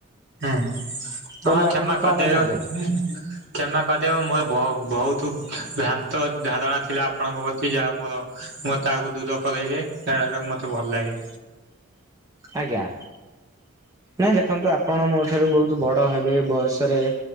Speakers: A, on the right; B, on the right.
A: ହୁଁ
B: ତ
A: ହଁ
B: ମୁଁ
A: କ୍ଷମା
B: ଆପଣଙ୍କୁ
A: କରିଦେବେ
B: କଣ ପାଇଁ ନଗେଇଲି
A: ହୁଁ। କ୍ଷମା କରିଦେବ ମୋର ବହୁତ ଭ୍ରାନ୍ତ ଧାରଣା ଥିଲା ଆପଣଙ୍କ ପ୍ରତି ଯାହା ମୋର ମୁଁ ତାକୁ ଦୂର କରେଇଲେ ହେରା ମତେ ଭଲ ଲାଗେ।
B: ଆଜ୍ଞା। ନାଇଁ ଦେଖନ୍ତୁ ଆପଣ ମୋ ଠାରୁ ବହୁତ ବଡ଼ ହେବେ ବୟସରେ